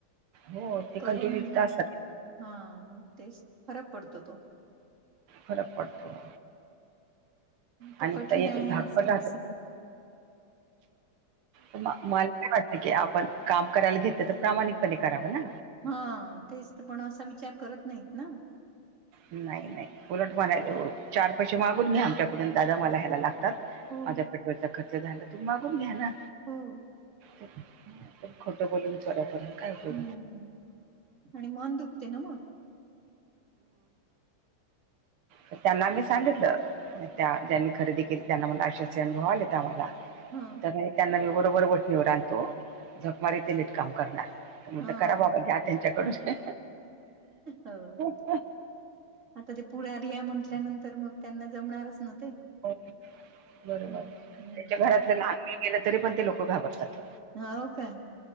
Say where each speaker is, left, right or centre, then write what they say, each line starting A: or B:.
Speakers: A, on the right (about 80°); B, on the right (about 35°).
A: हो ते कंटिन्यू
B: करून
A: तिथं असतात
B: हा मग तेच फरक पडतो तो.
A: फरक पडतो.
B: तर
A: आणि
B: कठीण
A: त- एक
B: आहे.
A: धाकपट
B: आजकाल
A: राहतो
B: सगळं.
A: मला काय वाटत की आपण काम करायला घेतलं तर प्रामाणिकपणे करावं ना.
B: हा तेच तर पण असा विचार करत नाहीत ना.
A: नाही नाही उलट मला चार पैसे मागून घे आमच्याकडून दादा मला ह्याला लागत.
B: हो
A: माझ्या पेट्रोलचा खर्च झाला तर मागून घ्या ना.
B: हो
A: पण खोटं बोलून चोऱ्या करून काय उपयोग
B: हम्म हम् आणि मन दुखते ना मग.
A: ह त्यांना मी सांगितलं. त्या ज्यांनी खरेदी केली त्यांना मला आशे-आशे अनुभव आलेत आम्हाला
B: हा
A: त्या त्यांना मी बरोबर वठणीवर आणतो झकमारी ते नीटकाम करणार तर म्हणलं
B: हा
A: करा
B: हा.
A: बाबा घ्या त्यांच्याकडून
B: हो.
A: <inaudible>
B: आता ते पुढारी आहे म्हंटल्यानंतर मग त्यांना जमणारच न ते
A: बरोबर
B: हम्म
A: त्याच्या घरातले लहानकुणी गेलं तरी पण ते लोक घाबरतात
B: होव का?